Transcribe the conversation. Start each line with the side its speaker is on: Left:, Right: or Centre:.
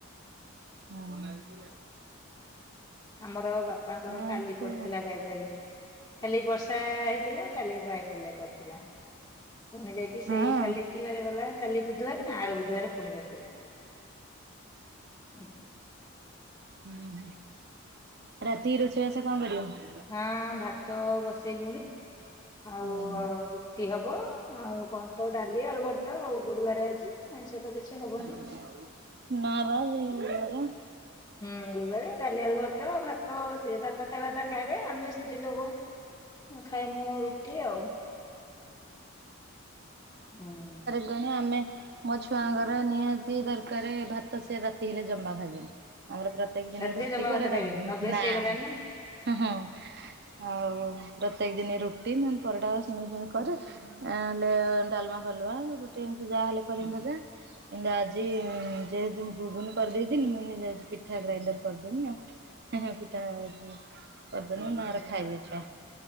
Right: ହୁଁ।
Left: ଆମର ବାପାଙ୍କର
Right: ଏମତି
Left: କାଲି ପଡିଥିଲା ଗାଈ ପଳି। କାଲି ବର୍ଷା ହେଇଥିଲା କାଲି ବାଇପାଲେ ପଡିଥିଲା ପୁଣି ଯାଇକି
Right: ହଁ
Left: ସେଇ କାଲି କି ବାରେ ଗଲା କାଲି ବୁଧବାର ନା ଆର ବୁଧବାର ପୁଣି ଗାଇ ପାଳି ପଡିବ ଉଁ ହୁଁ।
Right: ଉଁ ହୁଁ ରାତି ରୋଷେଇବାସ କଣ କରିବ?
Left: ହଁ ଭାତ ବସେଇଲୁଣି ଆଉ
Right: ହଁ
Left: ଅ ରୁଟି ହବ। ଆଉ କଣ ତ ଡାଲି ଆଳୁ ର୍ଭତା ଆଉ ଗୁରୁବାରେ ଆଜି ଆଇଁଶ ତ କିଛି ହବନି
Right: <unintelligible>
Left: ହୁଁ ଗୁରୁବାର ଡାଲିଆଳୁ ର୍ଭତା ଭାତ ସେ ଭାତ ଖାଇବାତା ଖାଇବେ ଆମେ ସ୍ତ୍ରୀ ଲୋକ ଉଁ ଖାଇ ମୁଁ ରୁଟି ଆଉ ଉଁ।
Right: କିଆଁଣି ଆମେ ମୋ ଛୁଆଙ୍କର ନିହାତି ଦରକାରେ ଭାତ ସେ ରାତି ହେଲେ ଜମା ଖାଇବେନି। ଆମର ପ୍ରତ୍ୟେକ ଦିନି
Left: ରାତିରେ
Right: ରୁଟି
Left: ଜମା
Right: କରେ
Left: ଭାତ ଖାଇବେନି
Right: ରା
Left: ଅଭ୍ୟାସ
Right: ନା
Left: ହେଇଗଲାଣି
Right: ହଁ ହଁ। ଆଉ ପ୍ରତ୍ୟେକ ଦିନି ରୁଟି ନହେଲେ ପରଟା ସିମେଇଁ ଫିମେଇ କରୁ। ଏ ହେଲେ ଡାଲମା ଫାଲମା ରୁଟି ଏମିତି ଯାହା ହେଲେ କରିବି ଭଜା। କିନ୍ତୁ ଆଜି ଯେହେତୁ ମୁଁ ଘୁଗୁନି କରିଦେଇଥିଲି ମୁଁ କହିନି ଯାଉଛି ପିଠା ଗ୍ରାଇଣ୍ଡର କରିଦେମି ଆଉ। ହେଁ ହେଁ ପିଠା ଏଯୋ କରିଦେଲେ ତାଙ୍କର ଖାଇବେ ଛୁଆ।